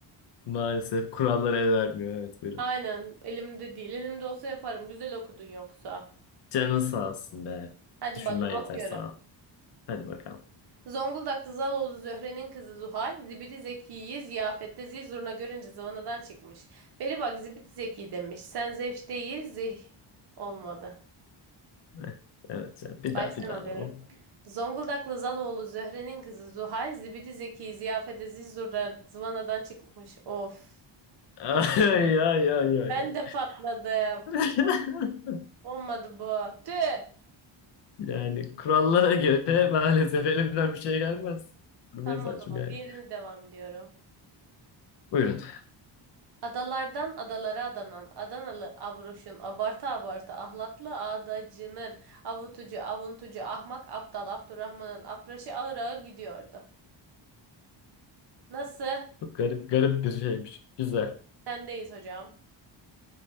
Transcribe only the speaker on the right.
Aynen elimde değil. Elimde olsa yaparım. Güzel okudun yoksa.
Hadi
bakayım
okuyorum.
Zonguldak'ta Zaloğlu Zöhre'nin kızı Zuhal, Zibidi Zeki'yi ziyafette zil zurna görünce zıvanadan çıkmış. Beri bak Zibidi Zeki demiş. Sen zevş değil zih olmadı.
Baştan
alıyorum.
Zonguldaklı Zaloğlu Zöhre'nin kızı Zuhal, Zibidi Zeki, Ziyafete Zizur'a zıvanadan çıkmış. Of.
Ben
de patladım.
Olmadı bu. Tüh.
Tamam o
zaman.
Diğerini devam ediyorum.
Adalardan adalara adanan, Adanalı abroşun, abartı abartı, ahlatlı adacının, avutucu, avuntucu, ahmak, aptal, Abdurrahman'ın apraşı ağır ağır gidiyordu. Nasıl?
Sendeyiz hocam.